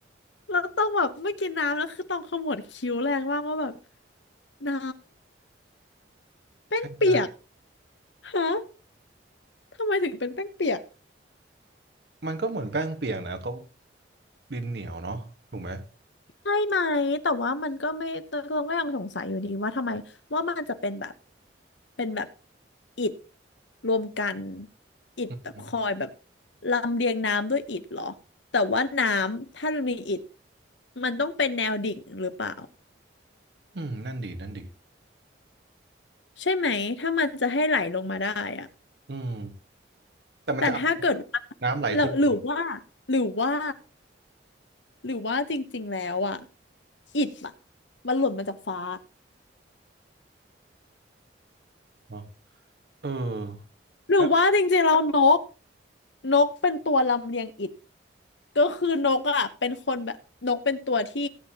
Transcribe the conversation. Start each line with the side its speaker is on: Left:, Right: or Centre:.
Left: เราต้องแบบไม่กินน้ำแล้วคือต้องขมวดคิ้วแรงมากว่าแบบน้ำแป้งเปียก
Right: ใช่
Left: ฮะทำไมถึงเป็นแป้งเปียก
Right: มันก็เหมือนแป้งเปียกนะก็ดินเหนียวเนาะถูกไหม
Left: ใช่ไหมแต่ว่ามันก็ไม่เราก็ยังสงสัยอยู่ดีว่าทำไมว่ามันจะเป็นแบบเป็นแบบอิฐรวมกันอิฐแบบคอยแบบ
Right: อืม
Left: ลำเลียงน้ำด้วยอิฐเหรอแต่ว่าน้ำถ้ามันมีอิฐมันต้องเป็นแนวดิ่งหรือเปล่า
Right: อืมนั่นดีนั่นดี
Left: ใช่ไหมถ้ามันจะให้ไหลลงมาได้อะ
Right: อืมแต่มันจะเอา
Left: แต่ถ้าเกิดว่า
Right: น้ำไหลขึ้นมา
Left: เราหรือว่าหรือว่าหรือว่าจริงๆแล้วอะอิฐอะมันหล่นมาจากฟ้า
Right: เนาะเออ
Left: หรือว่าจริงๆแล้วนก
Right: แล้ว
Left: นกเป็นตัวลำเลียงอิฐ ก็คือนกอ่ะเป็นคนแบบนกเป็นตัวที่